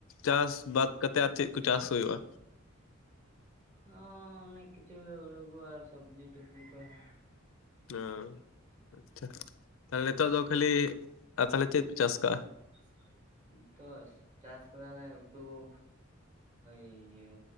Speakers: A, on the left; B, on the right.
A: ᱪᱟᱥ ᱵᱟᱫ ᱠᱟᱛᱮ, ᱟᱨ ᱪᱮᱫ ᱠᱚ ᱪᱟᱥ ᱦᱳᱭᱳᱜᱼᱟ᱾
B: ᱚ ᱚᱱᱮᱠ ᱠᱤᱪᱷᱩ ᱦᱩᱲᱩ ᱠᱚ ᱟᱨ ᱥᱚᱵᱡᱤ ᱴᱚᱵᱡᱤ ᱠᱚ <unintelligible>
A: ᱚ ᱟᱪᱪᱷᱟ, ᱛᱟᱦᱚᱞᱮ ᱱᱤᱛᱚᱜ ᱫᱚ ᱠᱷᱟᱹᱞᱤ ᱛᱟᱦᱚᱞᱮ ᱪᱮᱫ ᱯᱮ ᱪᱟᱥ ᱠᱟᱜᱼᱟ?
B: <inaudible> ᱱᱤᱛᱚᱜ ᱪᱟᱥ ᱠᱮᱫᱟᱞᱮ ᱩᱛᱩ ᱚ, ᱤᱭᱟᱹ